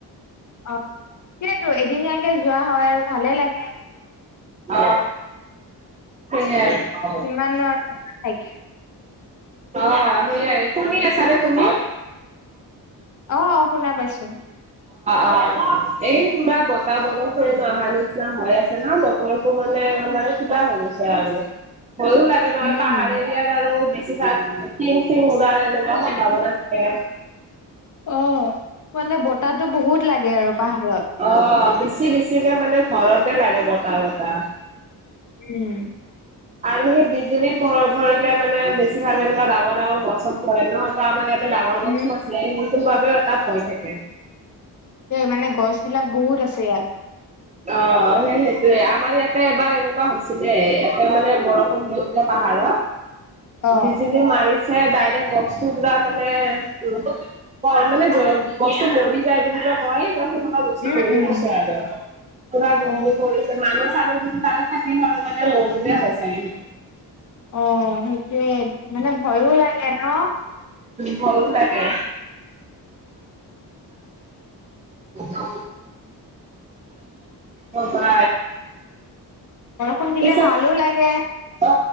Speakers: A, on the left; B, on the right.
A: অ সেইেতো এদিনীয়াকে যোৱা হয় আৰু ভালে লাগে
B: অ সেইাই অ
A: কিমাননো আৰু থাকি
B: অ সেইয়াই শুনি আছা নে তুমি
A: অ শুনা পাইছো
B: অ এই পুৰা বতাহ বৰষুণ অহা নি নিচিনা হৈ আছে ন বতৰটোৰ মানে কিবা হৈ গৈছে আৰু ভয়ো লাগে নহয়
A: উম।
B: পাহাৰ এৰিয়াত আৰুে <unintelligible> তিং চিং উৰাৰ এনেকুৱা সম্ভাৱনা থাকে
A: অ মানে বতাহটো বহুত লাগে আৰু পাহাৰত
B: অ', বেছি বছিকে মানে ঘৰতে লাগে বতাহ বতাহ
A: উম
B: আৰু সেই <unintelligible> ভৰিলে মানে বেছিভাগ এনেকুৱা ডাঙৰ ডাঙৰ গছত পৰে ন তাৰমানে ডাঙৰ
A: উম
B: গছো আছে সেইটো বাবেও এটা ভয় থাকে
A: মানে গছ বিলাক বহুত আছে ইয়াত
B: অ সেই সেইটোয়ে আমাৰ ইয়াতে এবাৰ এনেকুৱা হৈছিলে ইয়াতে মানে বৰষুণ দিওঁতে পাহাৰ
A: অ
B: বিজুলি মাৰিছে ডাইৰেক্ট বস্তু পুৰা মানে উ ক মানে গছটো মৰি যায় বুলি যে কয় <unintelligible> বস্তু
A: উম
B: কৰি
A: উম।
B: দিছে আৰু পুৰা
A: অ
B: বিজুলী কৰিছে মানুহ আৰু যদি তাতে থাকিম হলে মানে মৰিলোহেতেন হৈ চাগে স
A: অ সেইটোৱে মানে ভয়ো লাগে ন
B: ভায়ো লাগে অ অ ভা
A: বৰষুণ দিলে
B: সোচেপ
A: ভালো লাগে
B: অ